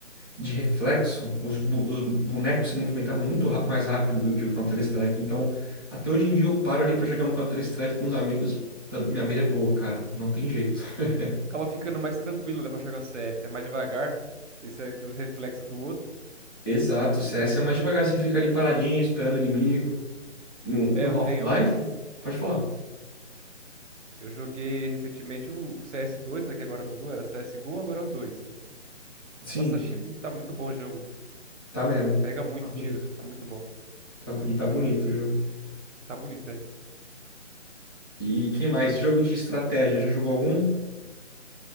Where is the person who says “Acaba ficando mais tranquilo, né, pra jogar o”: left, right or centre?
Right